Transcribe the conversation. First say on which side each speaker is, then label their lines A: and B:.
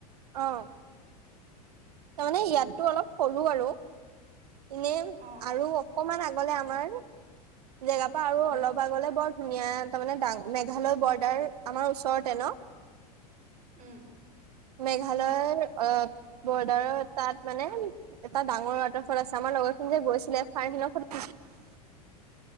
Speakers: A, on the right; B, on the right.
A: আহ তাৰমানে ইয়াতো অলপ সৰু আৰু। এনে
B: অ'
A: আৰু অকমান আগলে আমাৰ জেগাৰ পৰা আৰু
B: উম
A: অলপ আগলে বৰ। ধুনীয়া তাৰমানো মেঘালয় বৰ্ডাৰ আমাৰ ওচৰতে ন।
B: উম।
A: মেঘালয়ৰ অ বৰ্ডাৰৰ তাত মানে এটা ডাঙৰ ৱাটাৰ। চল আছে আমাৰ লগৰখিনি যে গৈছিলে ফাইনেল <unintelligible>